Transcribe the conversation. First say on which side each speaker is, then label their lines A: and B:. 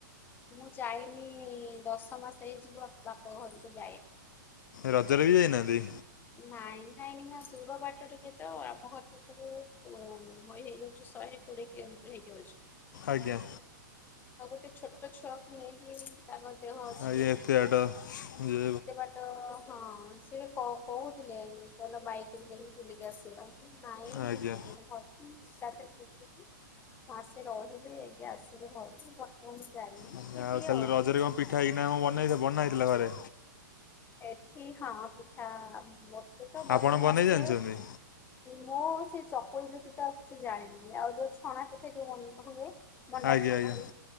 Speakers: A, on the left; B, on the left.
A: ମୁଁ ଯାଇନି ଦଶ ମାସ ହେଇଯିବ ବାପ ଘରକୁ ଯାଇନି।
B: ରଜର ବି ଯାଇ ନାହାଁନ୍ତି?
A: ନାଇଁ କାହିଁକିନା ଦୁର ବାଟ ଟିକେ ତ ଆମ ଘରଠୁ ଏପଟୁ ତୋ ହୋଇ ହେଇଯାଉଚି ଶହେ କୋଡିଏ କିଲୋମିଟର ହେଇଯାଉଛି।
B: ଆଜ୍ଞା।
A: ଆଉ ଗୋଟେ ଛୋଟ ଛୁଆକୁ ନେଇକି ତାଙ୍କ ଦେହ ଅଛି
B: ଆଜ୍ଞା
A: ଏତେ
B: ଏତେ ବାଟ ଯେ
A: ବାଟ ଟ ହଁ ସିଏ କ କହୁଥିଲେ ଚାଲ ବାଇକିରେ ଯାଇଁକି ବୁଲିକି ଆସିଵା। ନାଇଁ
B: ଆଜ୍ଞା
A: ମୁଁ ଯିବିନି <unintelligible> ମାସେ ରହିବି ଯାଇକି ଆସିବି। କହିଲେ ହଉ ମୂଁ ବର୍ତ୍ତମାନ ଯାଇନି
B: ଆଜ୍ଞା
A: ଯିବି
B: ତାହେଲେ
A: ଆଉ।
B: ରଜରେ କଣ ପିଠା ହେଇକିନା କଣ ବନା ହେଇଥିଲା ବନାହେଇ ଥିଲା ଘରେ?
A: ଏଠି ହଁ ପିଠା ମତେ ତ ବନେଇ
B: ଆପଣ
A: ଆସେ।
B: ଜାଣିଛନ୍ତି
A: ମୁଁ ସେଇ ଚକୁଳିବ୍ୟତିତ ଆଉ କିଛି ଜାଣିନି ଆଉ ଯୋଉ ଛଣା ପିଠା ଯୋଉ ହୁଏ ମଣ୍ଡା
B: ଆଜ୍ଞା
A: ଛଣା
B: ଆଜ୍ଞା
A: ହୁଏ